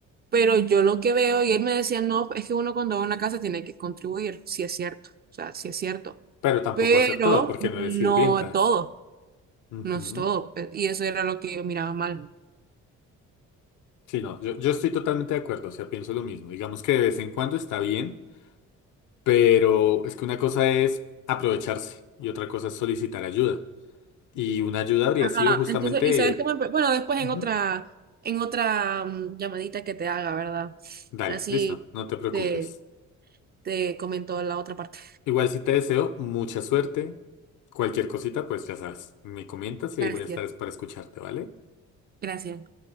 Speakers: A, on the right; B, on the left.
A: pero yo lo que veo, y él me decía, no, es que uno cuando va a una casa tiene que contribuir, sí es cierto, o sea, sí es cierto,
B: Pero tampoco
A: pero
B: hacer todo porque no
A: no
B: eres sirvienta.
A: todo,
B: Ujú.
A: no es todo, eh, y eso era lo que yo miraba mal.
B: Sí, no, yo, yo estoy totalmente de acuerdo, o sea, pienso lo mismo. Digamos que de vez en cuando está bien, pero es que una cosa es aprovecharse y otra cosa es solicitar ayuda. Y una ayuda habría
A: Ajá,
B: sido justamente...
A: entonces, y sabes cómo, empe- bueno, después
B: ujú,
A: en otra, en otra mm, llamadita que te haga, ¿verdad?
B: Dale,
A: Así
B: listo, no te preocupes.
A: te, te comentó la otra parte.
B: Igual si te deseo mucha suerte, cualquier cosita, pues ya sabes, me comentas
A: Gracias,
B: y ahí voy a estar es para escucharte, ¿vale?
A: gracias.